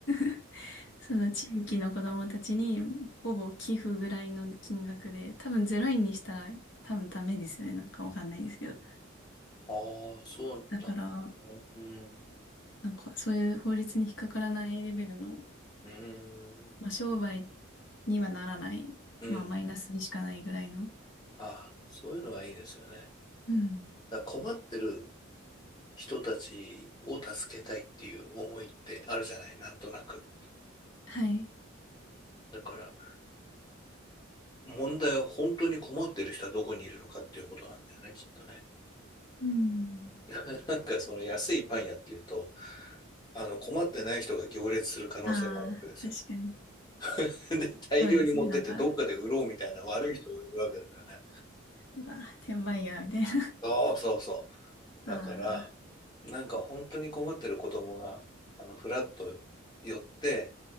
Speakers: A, on the left (about 60°); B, on the left (about 20°).
A: <laughs> その地域の子供たちにほぼ寄付ぐらいの金額で、多分ゼイ円にしたら多分ダメですよね。なんかわかんないですけど。
B: あああ、そう
A: だから、
B: なのうん。
A: なんかそういう法律に引っかからないレベルの、
B: うん。
A: まあ商売にはならない、
B: うん。
A: まあマイナスでしかないぐらいの。
B: ああ、そういうのはいいですよね。
A: うん。
B: だから困ってる人たちを助けたいっていう思いってあるじゃない、なんとなく。
A: はい。
B: だから、問題は本当に困ってる人はどこにいるのかっていうことなんだよね、きっとね。
A: うん。
B: <laughs> なんかその安いパン屋っていうと、あの、困ってない人が行列する可能性もあるわけですよ。
A: ああ、確かに。
B: <laughs> で、大量に持ってってどっかで売ろうみたいな悪い人がいるわけですよね。
A: そうですね。なんか <laughs> うわ、転売ヤーみたいな
B: そうそうそう。
A: あ
B: だから、なんか本当に困ってる子供が、あの、フラッと寄って、